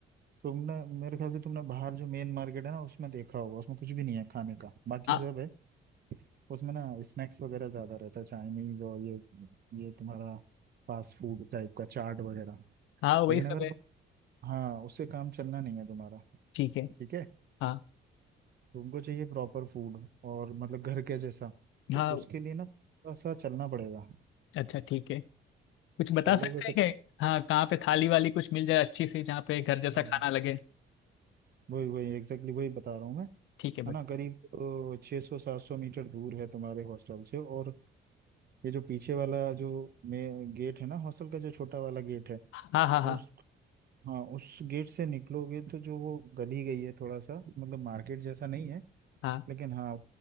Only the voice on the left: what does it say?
हाँ
हाँ वही
सब
है
ठीक है
हाँ
हाँ
अच्छा ठीक है कुछ बता
सकते हैं क्या हाँ कहाँ पे थाली वाली कुछ मिल जाए अच्छी सी जहाँ पे घर जैसा
खाना लगे
ठीक है बट
हाँ हाँ हाँ
हाँ